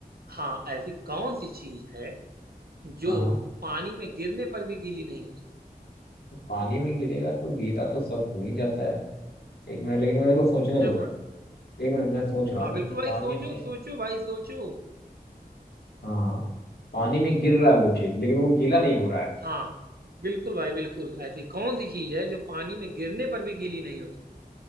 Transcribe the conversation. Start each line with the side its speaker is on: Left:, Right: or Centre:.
Right: हाँ ऐसी कौन सी चीज है जो
Left: हाँ हाँ
Right: पानी में गिरने पर भी गीली नहीं होती
Left: पानी में गिरेगा तो गीला तो सब हो ही जाता है एक मिनट लेकिन मेरे को सोचने
Right: क्या
Left: दो
Right: हुआ
Left: एक मिनट मैं सोच रहा
Right: हाँ
Left: हूँ
Right: बिल्कुल भाई
Left: पानी
Right: सोचो
Left: में
Right: सोचो भाई सोचो
Left: हाँ हाँ पानी में गिर रहा है वो चीज लेकिन वो गीला नहीं हो रहा है
Right: हाँ बिल्कुल भाई बिल्कुल ऐसी कौन सी चीज है जो पानी में गिरने पर भी गीली नहीं होती